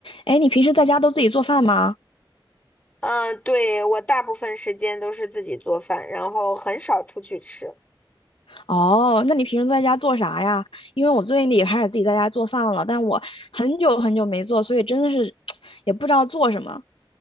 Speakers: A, on the left; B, on the left.
A: 哎，你平时在家都自己做饭吗？
B: 嗯，对，我大部分时间都是自己做饭，然后很少出去吃。
A: 哦，那你平时在家做啥呀？因为我最近也开始自己在家做饭了，但我很久很久没做，所以真的是 <tsk> 也不知道做什么。